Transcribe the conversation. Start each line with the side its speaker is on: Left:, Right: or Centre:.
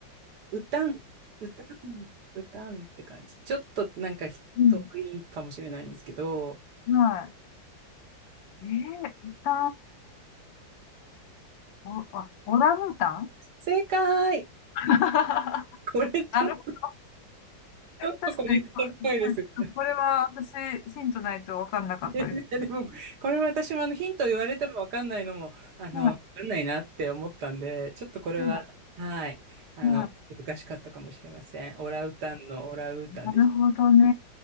Right: うたん、うたん、うたんって感じ。ちょっとなんか人
Left: うん。
Right: 多いかもしれないんですけど、
Left: はい。えー、歌、お、あ、オランウータン
Right: 正解
Left: <laughs>
Right: これちょっと、
Left: なるほど。
Right: ちょっとこじつけっぽいですよね。
Left: 確かに、こはいこれは私、ヒントないと分かんなかったです。
Right: <laughs> いやでも、これ私もあのヒント言われてもわかんないのも、あの、
Left: はい、
Right: わかんないなって思ったんで、ちょっとこれは、
Left: は
Right: はい、あの、
Left: い、はい。
Right: 難しかったかもしれません。オラウータンのオラウータンでし
Left: なるほどね。